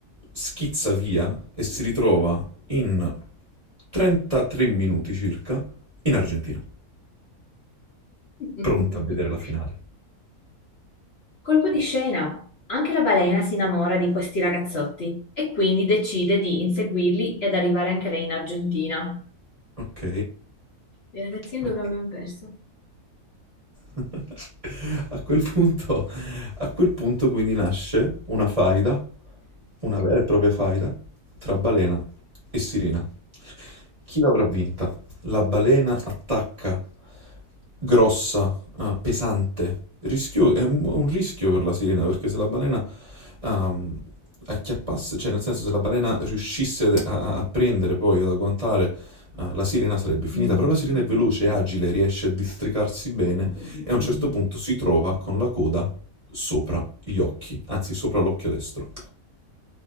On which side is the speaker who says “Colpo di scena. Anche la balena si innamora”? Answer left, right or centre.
Left